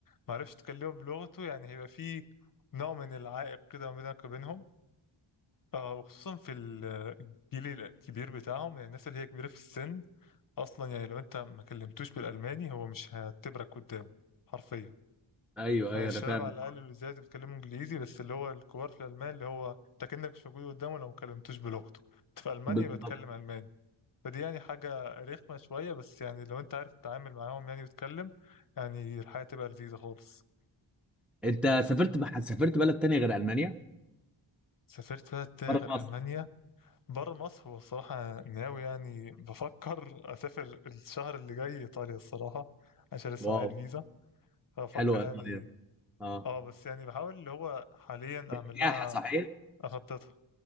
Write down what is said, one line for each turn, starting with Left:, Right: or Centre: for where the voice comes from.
Left: ما عرفتش تكلمه بلغته يعني هيبقى فيه نوع من العائق كده ما بينك وبينهم آه، وخصوصا في ال- الجيل الكبير بتاعهم يعني الناس اللي هي كبيرة في السن اصلا يعني لو انت ما كلمتوش بالالماني هو مش هيعتبرك قدامه حرفيا
Centre: ايوه
Left: يعني
Centre: ايوه
Left: الشباب
Centre: انا فاهم
Left: على الاقل اللي زيادة بيتكلموا انجليزي بس اللي هو الكبار في الالمان اللي هو انت كأنك مش موجود قدامه لو ما كلمتوش بلغته انت في المانيا
Centre: بالضبط
Left: بتكلم الماني فدي يعني حاجة رخمة شوية بس يعني لو انت عارف تتعامل معاهم يعني وتتكلم يعني الحياة تبقى لذيذة خالص
Centre: انت سافرت بح... سافرت بلد تانية غير المانيا
Left: سافرت بلد تاني
Centre: بره
Left: غير
Centre: مصر
Left: ألمانيا بره مصر هو الصراحة أنا ناوي يعني بفكر أسافر الشهر اللي جاي إيطاليا الصراحة عشان لسه
Centre: واو
Left: معايا الفيزا فأفكر
Centre: حلوة إيطاليا
Left: يعني
Centre: اه
Left: اه بس يعني بحاول اللي هو حاليا اعمل
Centre: سياحة
Left: لها
Centre: صحيح
Left: اخططها